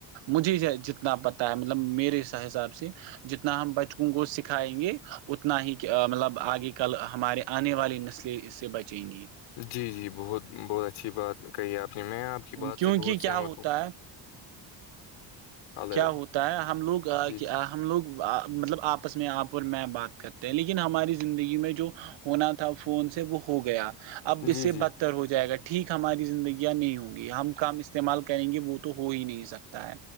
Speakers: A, on the right (about 65°); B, on the left (about 85°).
A: مجھے جتنا پتا ہے مطلب میرے حساب سے جتنا ہم بچکوں کو سکھائیں گے اتنا ہی مطلب آگے کل ہمارے آنے والی نسلیں اس سے بچیں گی
B: جی جی بہت بہت اچھی بات کہی آپ نے میں آپ کی بات
A: کیونکہ
B: سے بہت
A: کیا
B: سہمت
A: ہوتا
B: ہوں
A: ہے
B: ہلو
A: کیا ہوتا ہے ہم لوگ
B: جی جی
A: ہم لوگ مطلب آپ آپس میں آپ اور میں بات کرتے ہیں لیکن ہماری زندگی میں جو ہونا تھا فون سے وہ ہو گیا اب
B: جی
A: اسے بدتا
B: جی
A: بہتر ہو جائے گا ٹھیک ہماری زندگیاں نہیں ہوں گی ہم کام استعمال کریں گے وہ تو ہو ہی نہیں سکتا ہے